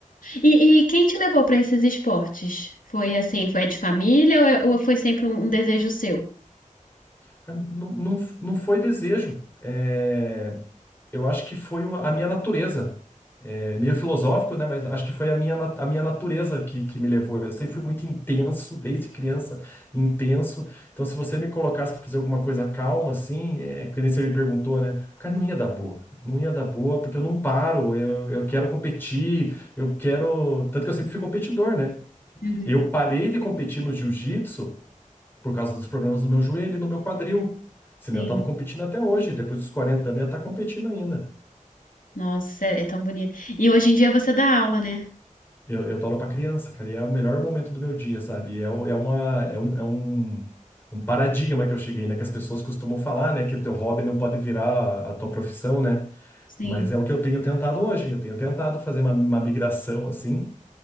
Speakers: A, on the left; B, on the left.
A: E, e quem te levou pra esses esportes? Foi assim, foi de família ou, é- ou foi sempre um, um desejo seu?
B: Cara, Não, não, não foi desejo. É, eu acho que foi o- a minha natureza. É meio filosófico, né? Mas acho que foi a minha, na- a minha natureza que, que me levou. Eu sempre fui muito intenso, desde criança, intenso. Então, se você me colocasse para fazer alguma coisa calma, assim, é, é que nem você me perguntou, né? Cara, não ia dar boa. Não ia dar boa, porque eu não paro. Eu, eu quero competir, eu quero. Tanto que eu sempre fui competidor, né?
A: Uhum,
B: Eu parei de competir no jiu-jitsu por causa dos problemas no meu joelho e no meu quadril. Senão
A: sim.
B: eu tava competindo até hoje, depois dos 40 anos eu ia estar competindo ainda.
A: Nossa, é é tão bonito. E hoje em dia você dá aula, né?
B: Eu, eu dou aula pra criança, cara, e é o melhor momento do meu dia, sabe? E É, o- é, uma, é, um, é um, um paradigma que eu cheguei, né? Que as pessoas costumam falar, né? Que o teu hobby não pode virar a, a tua profissão, né?
A: Sim.
B: Mas é o que eu tenho tentado hoje. Eu tenho tentado fazer uma, uma migração, assim,